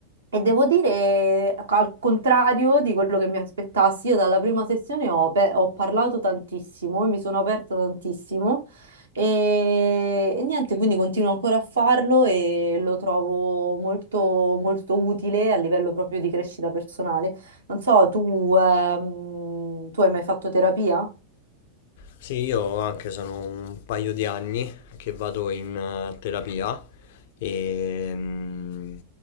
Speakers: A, on the right; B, on the left.
A: E devo dire, ecco, al contrario di quello che mi aspettassi, io dalla prima sessione ho, pe- ho parlato tantissimo, mi sono aperta tantissimo e, e niente, quindi continuo ancora a farlo e lo trovo molto, molto utile a livello proprio di crescita personale. Non so, tu, ehm, tu hai mai fatto terapia?
B: Sì, io anche sono un paio di anni che vado in eh, terapia e mm,